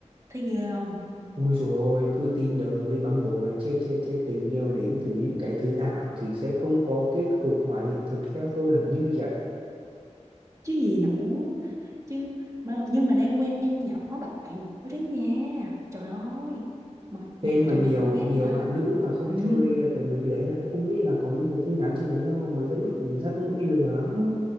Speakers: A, on the right; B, on the right.
A: Thấy ghê không?
B: Ôi dồi ôi, cứ Tinder với Bumble là chết chết chết tình yêu đến từ những cái thứ ảo thì sẽ không có kết cục ngoài hiện thực theo tôi là như vậy.
A: Chứ gì nữa. Chứ mà nhưng mà đang quen con nhỏ bạn tôi đấy nha. Trời ơi. Mà
B: Thế
A: mà
B: nhưng mà
A: tội
B: nhiều
A: nghiệp con bé này
B: nhiều
A: lắm.
B: bạn nữ mà không
A: Ừ,
B: chơi cái mấy cái đấy là sẽ không biết là có những người tin nhắn trên đấy đâu mà dễ bị dắt mũi hay lừa lắm.